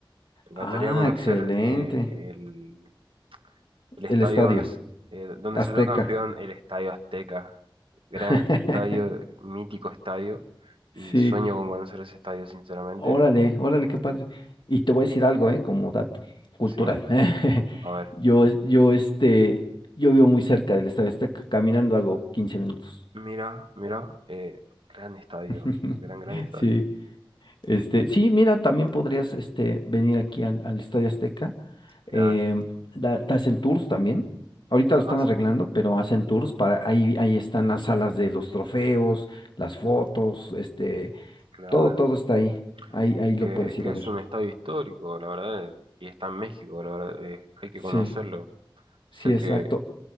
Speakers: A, on the right; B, on the left.
A: Me encantaría
B: Ah,
A: conocer
B: excelente.
A: eh, el, el
B: El
A: estadio
B: estadio
A: donde, s- eh, donde
B: Azteca.
A: salió campeón, el Estadio Azteca. Gran
B: <laughs>
A: estadio, mítico estadio. Y
B: Sí,
A: sueño con conocer ese estadio, sinceramente.
B: Órale, órale, qué padre. Y te voy a decir algo, ¿eh? Como dato cultural.
A: Sí,
B: <laughs>
A: a ver,
B: Yo, es- yo, este, yo vivo muy cerca del Estadio Azteca, caminando hago 15 minutos.
A: mira, mira, eh, gran estadio,
B: <laughs>
A: gran, gran estadio.
B: Sí, este, sí, mira, también podrías, este, venir aquí al, al Estadio Azteca.
A: Claro,
B: Em, da- te hacen tours también. Ahorita lo están
A: ah, sí,
B: arreglando, pero hacen tours para, ahí, ahí están las salas de los trofeos, las fotos, este,
A: claro.
B: todo, todo está ahí. Ahí,
A: Es
B: ahí lo
A: que,
B: puedes
A: es
B: ir
A: que
B: a ver.
A: es un estadio histórico, la verdad, y está en México, la verdad, eh, hay que
B: Sí.
A: conocerlo. Sé
B: Sí, exacto.
A: que